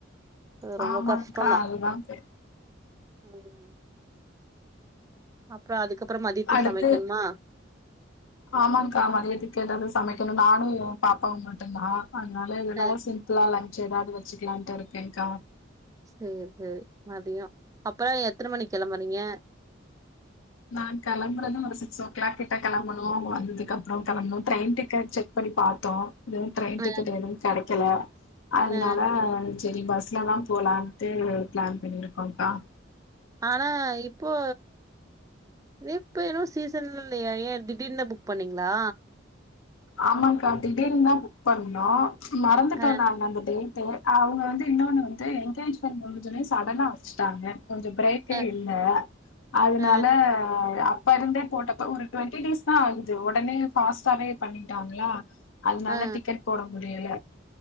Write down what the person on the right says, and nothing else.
அது ரொம்ப
கஷ்டந்தா
ம் அப்றோ அதுக்கப்புறோ மதியத்துக்
சமைக்கென்மா
அ
சேர் சேரி மதியோ அப்ப எத்தன மணிக் கெளம்புறீங்க
அ
அ
ஆனா இப்போ இப்ப எது சீசன் இல்லையே ஏன் திடீர்னு புக் பண்ணீங்ளா
அ
அ
அ
அ அ